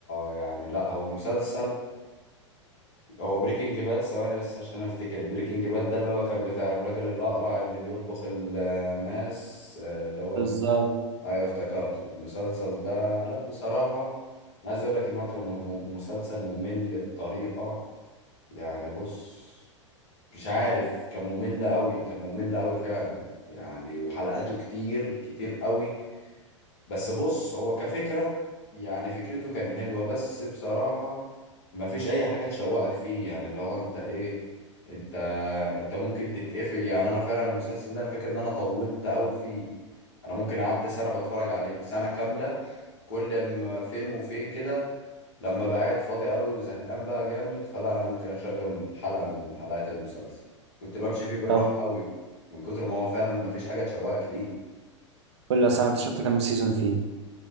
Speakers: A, on the left; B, on the right.
A: يعني لا هو مسلسل هو بريكنج باد ثواني بس عشان افتكر بريكنج باد ده اللي هو كان بتاع الراجل الأقرع اللي بيطبخ الماس آه، اللي هو
B: بالظبط
A: ال... ايوه افتكرته المسلسل ده لا بصراحة انا عايز اقول لك ان هو كان م- م- مسلسل ممل بطريقة يعني بص مش عارف كان ممل قوي كان ممل قوي فعلا يعني وحلقاته كتير كتير قوي بس بص هو كفكرة يعني فكرته كان حلوة بس بصراحة ما فيش اي حاجة تشوقك فيه يعني اللي هو انت ايه انت انت ممكن تتقفل يعني انا فعلا المسلسل ده انا فاكر ان انا طولت قوي فيه انا ممكن قعدت سنة بتفرج عليه سنة كاملة كل ما فين وفين كده لما بقى قاعد فاضي قوي وزهقان بقى جامد فلا انا ممكن اشغل حلقة من حلقات المسلسل كنت بمشي فيه بالراحة
B: طب
A: قوي من كتر ما هو فعلا مفيش حاجة تشوقك ليه
B: قول لي يا سامي أنت شفت كام سيزون فيه؟